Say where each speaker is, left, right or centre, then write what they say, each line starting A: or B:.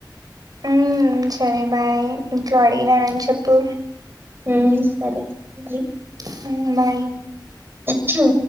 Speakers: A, on the right; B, on the right.
A: హ్మ్మ్, సరే బాయ్! ఇంట్లో అడిగినా, అన్ని చెప్పు.
B: హ్మ్మ్, సరే. <unintelligible>
A: హ్మ్మ్, బాయ్.
B: అచ్చా?